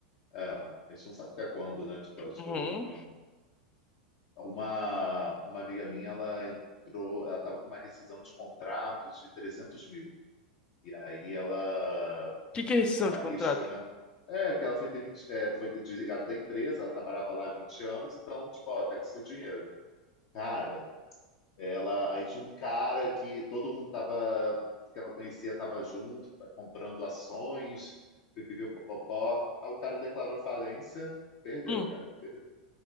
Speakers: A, on the left; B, on the left.
A: é, a gente não sabe até quando, né? Tipo, as
B: Uhum.
A: coisas vão.
B: O
A: Uma, uma amiga minha, ela entrou, ela estava com uma rescisão de contrato de 300 mil. E aí ela,
B: que que é rescisão
A: trabalhístico,
B: de contrato?
A: né? É, que ela foi, demiti- é, foi desligada da empresa, ela trabalhava lá há 20 anos, então, tipo, ó, tá com seu dinheiro. Cara, ela, aí tinha um cara que todo mundo tava, que ela conhecia tava junto, comprando ações, pipipipopopó. Aí o cara declarou falência, perdeu,
B: Hum.
A: cara, perdeu.